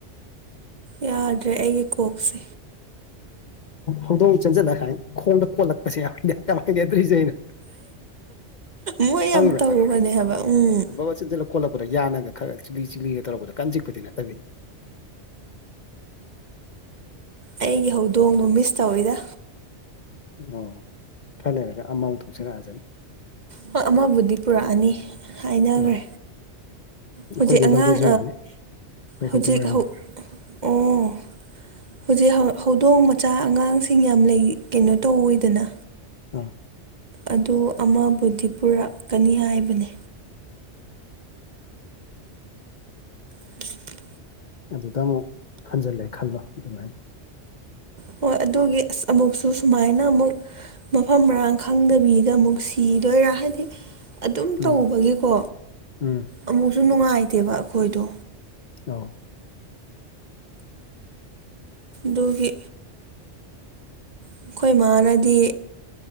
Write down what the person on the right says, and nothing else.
ꯌꯥꯗ꯭ꯔꯦ ꯑꯩꯒꯤ ꯀꯣꯛꯁꯦ
ꯃꯣꯏ
ꯌꯥꯝ ꯇꯧꯕꯅꯦ ꯍꯥꯏꯕ ꯎꯝ
ꯑꯩꯒꯤ ꯍꯧꯗꯣꯡꯗꯣ ꯃꯤꯁ ꯇꯧꯋꯤꯗ
ꯍꯣꯏ ꯑꯃꯕꯨꯗꯤ ꯄꯨꯔꯛꯑꯅꯤ ꯍꯥꯏꯅꯈ꯭ꯔꯦ
ꯍꯧꯖꯤꯛ ꯑꯉꯥꯡ
ꯍꯧꯖꯤꯛ
ꯍꯧ
ꯑꯣ ꯍꯧꯖꯤꯛ ꯍꯧꯗꯣꯡ ꯃꯆꯥ ꯑꯉꯥꯡꯁꯤꯡ ꯌꯥꯝ ꯂꯩ ꯀꯩꯅꯣ ꯇꯧꯋꯏꯗꯅ
ꯑꯗꯣ ꯑꯃꯕꯨꯗꯤ ꯄꯨꯔꯛꯀꯅꯤ ꯍꯥꯏꯕꯅꯦ <inaudible>
ꯍꯣꯏ ꯑꯗꯨꯒꯤ ꯑꯁ ꯑꯃꯨꯛꯁꯨ ꯁꯨꯃꯥꯏꯅ ꯑꯃꯨꯛ ꯃꯐꯝ ꯃꯔꯥꯡ ꯈꯪꯗꯕꯤꯗ ꯑꯃꯨꯛ ꯁꯤꯗꯣꯏꯔꯥ ꯍꯥꯏꯗꯤ ꯑꯗꯨꯝ
ꯇꯧꯕꯒꯤꯀꯣ
ꯑꯃꯨꯛꯁꯨ ꯅꯨꯡꯉꯥꯏꯇꯦꯕ ꯑꯩꯈꯣꯏꯗꯣ
ꯗꯒꯤꯒꯤ ꯑꯩꯈꯣꯏ ꯃꯥꯅꯗꯤ